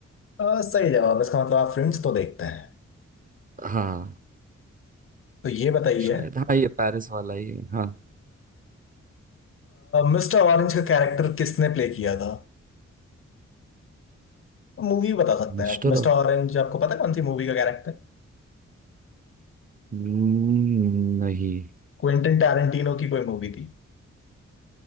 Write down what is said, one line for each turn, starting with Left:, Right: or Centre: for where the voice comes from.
Left: अह, सही जवाब इसका मतलब आप फ्रेंड्स तो देखते हैं
Right: हाँ
Left: तो ये बताइए
Right: शायद हाँ ये पेरिस वाला ही है हाँ
Left: मिस्टर ऑरेंज का कैरेक्टर किसने प्ले किया था मूवी बता सकते
Right: मिस्टर
Left: हैं आप मिस्टर ऑरेंज आपको पता है कौन सी मूवी का कैरेक्टर
Right: नहीं
Left: क्विंटन टैरेंटिनो की कोई मूवी थी